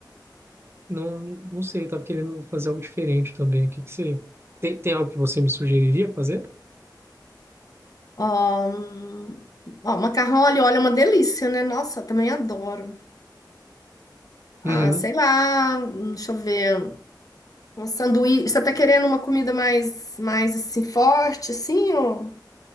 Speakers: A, on the right (about 30°); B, on the left (about 50°).
A: não, não sei, tava querendo fazer algo diferente também. O que que você... Tem, tem algo que você me sugeriria fazer?
B: ó, hum, ó, macarrão ali, olha, é uma delícia, né? Nossa, eu também adoro. Ah,
A: Uhum.
B: sei lá, hum, deixa eu ver. Um sanduíche. Você tá querendo uma comida mais, mais assim, forte, assim, ou...